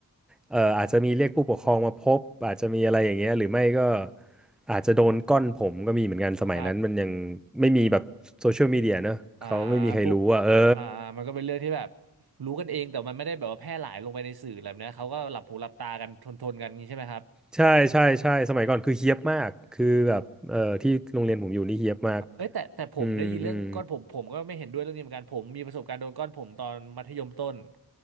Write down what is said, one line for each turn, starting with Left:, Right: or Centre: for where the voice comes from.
Centre: เอออาจจะมีเรียกผู้ปกครองมาพบอาจจะมีอะไรอย่างเงี้ยหรือไม่ก็อาจจะโดนก้อนผมก็มีเหมือนกันสมัยนั้นมันยังไม่มีแบบโซเชียลมีเดียเนอะเขาไม่มีใครรู้อ่ะเออ
Right: ครับ อ่าพวกอ่ามันก็เป็นเรื่องที่แบบรู้กันเองแต่มันไม่ได้แบบว่าแพร่หลายลงไปในสื่ออะไรแบบเนี้ยเขาก็หลับหูหลับตากันทนทนกันงนี้ใช่ไหมครับ
Centre: ใช่ใช่ใช่สมัยก่อนคือเฮี้ยบมากคือแบบเออที่โรงเรียนผมอยู่นี่เฮี้ยบมาก
Right: โห ครับเอ้ยแต่แต่ผมได้ยินเรื่องก้อนผมผมก็ไม่เห็นด้วยเรื่องนี้เหมือนกันผมมีประสบการณ์โดนก้อนผมตอนมัธยมต้น
Centre: อืมอืม